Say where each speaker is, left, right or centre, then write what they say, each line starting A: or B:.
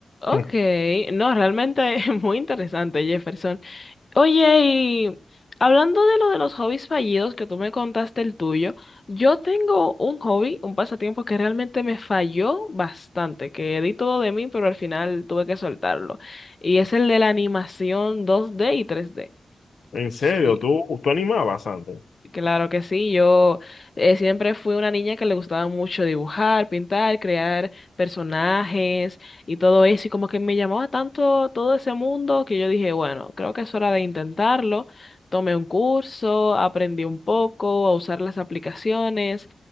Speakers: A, on the left; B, on the left.
A: Ok,
B: <laughs>
A: no, realmente <laughs> es muy interesante, Jefferson. Oye, y hablando de lo de los hobbies fallidos, que tú me contaste el tuyo, yo tengo un hobby, un pasatiempo que realmente me falló bastante, que di todo de mí, pero al final tuve que soltarlo. Y es el de la animación dos d y tres d
B: En serio,
A: Sí.
B: tú, tú animabas antes.
A: Claro que sí, yo eh, siempre fui una niña que le gustaba mucho dibujar, pintar, crear personajes y todo eso, y como que me llamaba tanto todo ese mundo que yo dije, bueno, creo que es hora de intentarlo. Tomé un curso, aprendí un poco a usar las aplicaciones,